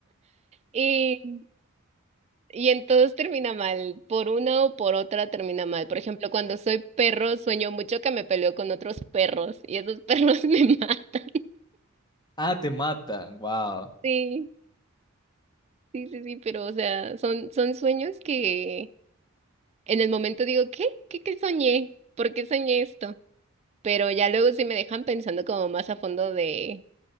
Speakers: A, on the right (about 30°); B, on the left (about 20°).
A: Y, y en todos termina mal, por una o por otra termina mal. Por ejemplo, cuando soy perro sueño mucho que me peleo con otros perros y esos perros <laughs> me matan.
B: Ah, te matan, wow.
A: Sí, sí, sí, sí, pero o sea, son, son sueños que en el momento digo, ¿qué? ¿Qué, qué soñé? ¿Por qué soñé esto? pero ya luego sí me dejan pensando como más a fondo de